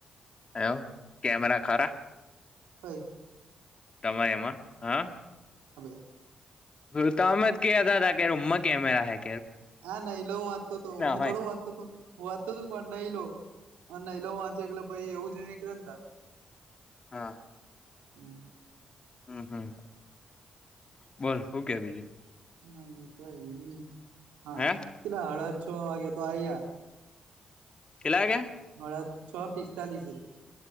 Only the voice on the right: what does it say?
હ.
<unintelligible>
હા નહી લો વાંતો હતો હું
થોડો વાંચતો હતો હું વાંતો હતોું પણ નહી લો <unintelligible> હ ના લવું વાંચે એટલે પાઈ એવું જ નીકળતા <unintelligible>
<inaudible> <unintelligible>
ના એ તો એવી હા
પેલા અડાદ છ વાગે તો આયા <unintelligible>
હળ છ પિસ્તાલીસ છે <unintelligible>